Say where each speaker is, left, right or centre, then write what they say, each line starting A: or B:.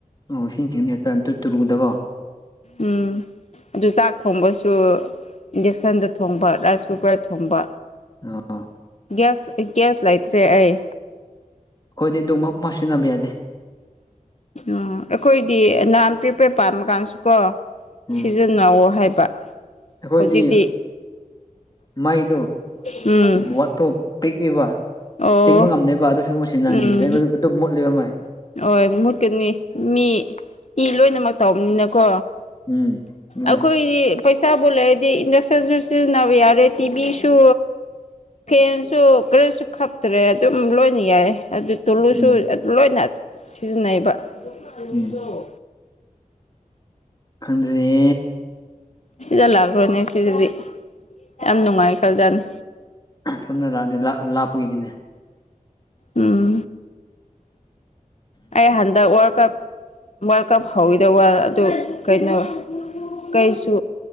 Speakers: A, on the left; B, on the left.
A: ꯑꯣ ꯁꯤꯁꯤꯡꯅ ꯍꯦꯝꯇ ꯇꯨꯔꯨꯗꯀꯣ
B: ꯎꯝ ꯑꯗꯨ ꯆꯥꯛ ꯊꯣꯡꯕꯁꯨ ꯏꯟꯗꯛꯁꯟꯗ ꯊꯣꯡꯕ ꯔꯥꯏꯁ ꯀꯨꯀꯔꯗ ꯊꯣꯡꯕ
A: ꯑꫭ
B: ꯒ꯭ꯌꯥꯁ ꯒ꯭ꯌꯥꯁ ꯂꯩꯇ꯭ꯔꯦ ꯑꯩ
A: ꯑꯩꯈꯣꯏꯗꯤ ꯑꯗꯨꯨꯝꯕ ꯄꯥꯎꯁꯤꯟꯅꯕ ꯌꯥꯗꯦ
B: ꯎꯝ ꯑꯩꯈꯣꯏꯗꯤ ꯅꯍꯥꯟ ꯄ꯭ꯔꯤꯄꯦꯌꯔ ꯄꯥꯝꯕ ꯀꯥꯟꯁꯨ ꯀꯣ
A: ꯎꯝ
B: ꯁꯤꯖꯤꯅꯥꯎ ꯍꯥꯏꯕ
A: ꯑꯩꯈꯣꯏꯗꯤ
B: ꯍꯧꯖꯤꯛꯇꯤ
A: ꯃꯩꯗꯣ
B: ꯎꯝ
A: ꯋꯥꯠꯇꯣ ꯄꯤꯛꯂꯤꯕ
B: ꯑꯣ
A: ꯆꯤꯡꯕ ꯉꯝꯗꯕ ꯑꯗꯨꯁꯨ ꯃꯨꯁꯤꯅꯗꯤ
B: ꯎꯝ
A: ꯂꯩꯕꯗꯨ ꯑꯗꯨꯝ ꯃꯨꯠꯂꯤꯕ ꯃꯩ
B: ꯍꯣꯏ ꯃꯨꯠꯀꯅꯤ ꯃꯤ ꯏ ꯂꯣꯏꯅꯃꯛ ꯇꯧꯕꯅꯤꯅꯀꯣ
A: ꯎꯝ ꯑꯗꯨꯅꯦ
B: ꯑꯩꯈꯣꯏꯗꯤ ꯄꯩꯁꯥꯕꯨ ꯂꯩꯔꯗꯤ ꯏꯟꯗꯛꯁꯟꯁꯨ ꯁꯤꯖꯤꯟꯅꯕ ꯌꯥꯔꯦ ꯇꯤꯚꯤꯁꯨ ꯐꯦꯟꯁꯨ ꯀ꯭ꯔꯦꯁꯨ ꯈꯞ ꯇ꯭ꯔꯦ ꯑꯗꯨꯝ ꯂꯣꯏꯅ ꯌꯥꯏ ꯑꯗꯨ ꯇꯨꯂꯨꯁꯨ
A: ꯎꯝ
B: ꯑꯗꯨ ꯂꯣꯏꯅ ꯁꯤꯖꯤꯟꯅꯩꯕ ꯗꫭ
A: ꯎꯝ ꯈꯪꯗ꯭ꯔ‌ꯦꯅꯦ
B: ꯁꯤꯗ ꯂꯥꯛꯈ꯭ꯔꯣꯅꯦ ꯁꯤꯗꯗꯤ ꯌꯥꯝ ꯅꯨꯡꯉꯥꯏ ꯈꯔꯖꯥꯠꯅꯤ
A: ꯁꯣꯝꯗ ꯂꯥꯛꯑꯗꯤ ꯂꯥꯞꯄꯒꯤꯅꯤꯅꯦ
B: ꯎꯝ ꯑꯩ ꯍꯟꯗꯛ ꯋꯥꯔꯜ ꯀꯞ ꯋꯥꯔꯜ ꯀꯞ ꯍꯧꯋꯤꯗꯧꯕ ꯑꯗꯨ ꯀꯩꯅꯣ ꯀꯩꯁꯨ